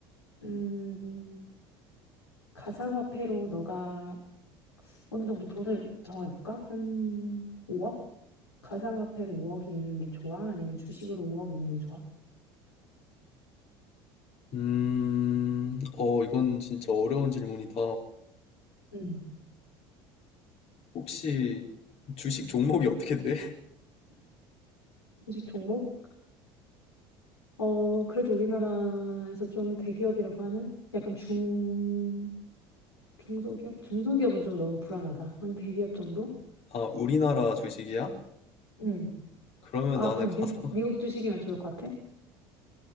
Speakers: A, on the left; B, on the left.
A: 음, 가상화폐로 너가 어느 정도 돈을 정해볼까? 한 5억? 가상화폐로 5억이 있는 게 좋아? 아니면 주식으로 5억 있는 게 좋아?
B: 음, 어, 이건 진짜 어려운 질문이다.
A: 음.
B: 혹시 주식 종목이 어떻게 돼?
A: 주식 종목? 어, 그래도 우리나라에서 좀 대기업이라고 하는 약간 중... 중소기업? 중소기업은 좀 너무 불안하다. 한 대기업 정도?
B: <laughs> 아, 우리나라 주식이야?
A: 응.
B: 그러면
A: 아,
B: 나는
A: 그럼
B: 가상,
A: 미국, 미국 주식이면 좋을 것 같아?